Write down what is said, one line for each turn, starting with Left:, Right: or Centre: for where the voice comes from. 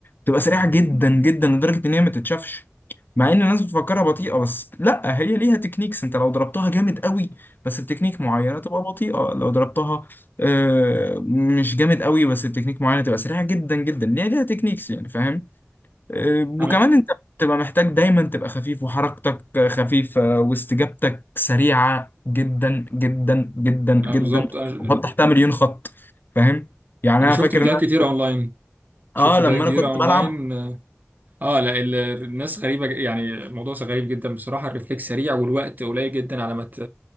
Left: تبقى سريعة
Right: مم.
Left: جدا جدا لدرجة ان هي ما تتشافش مع ان الناس بتفكرها بطيئة بس لا هي ليها تكنيكس انت لو ضربتها جامد قوي بس بتكنيك معينة تبقى بطيئة لو ضربتها آه، مش جامد قوي بس بتكنيك معينة تبقى سريعة جدا جدا ليها ليها تكنيكس يعني فاهم آه، وكمان
Right: انا
Left: انت بتبقى محتاج دايما تبقى خفيف وحركتك خفيفة واستجابتك سريعة جدا جدا جدا جدا
Right: آه بالظبط انا
Left: وحط تحتها مليون خط فاهم يعني
Right: أنا
Left: انا
Right: شفت
Left: فاكر
Right: فيديوهات
Left: ان أنا-
Right: كتيره اونلاين شفت
Left: اه
Right: فيديوهات
Left: لما انا
Right: كتيره
Left: كنت
Right: اونلاين
Left: بلعب
Right: اه آه، لا ال- الناس غريبه ج- يعني الموضوع غريب جدا بصراحه الريفلكس سريع والوقت قليل جدا على ما ت-